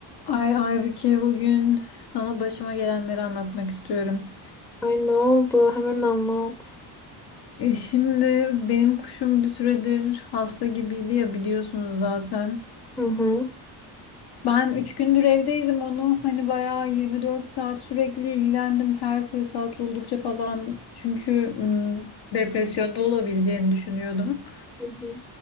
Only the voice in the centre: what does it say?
Ay ne oldu? Hemen anlat.
Hı hı.
Hı hı.